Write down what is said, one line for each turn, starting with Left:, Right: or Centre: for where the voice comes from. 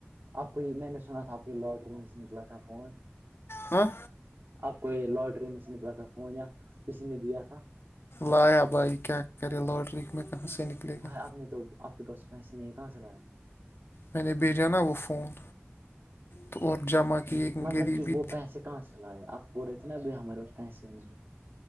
Right: آپ کو یہ میں نے سنا تھا آپ کی لاٹری میں سے نکلا تھا فون
Left: ہاں
Right: آپ کو یہ لوٹری میں سے نکلا تھا فون یا کسی نے دیا تھا
Left: لایا بھائی کیا کرے لاٹری میں کہاں سے نکلے
Right: بھائی
Left: گا
Right: آپ نے تو کہ بس پیسے نہیں کہاں سے لیا
Left: میں نے بھیجا نا وہ فون تو اور جمع کی ایک
Right: مطلب
Left: غریبی
Right: کہ وہ پیسے کہاں سے لائے آپ بول رہے تھے نا اب ہمارے پاس پیسے نہیں ہے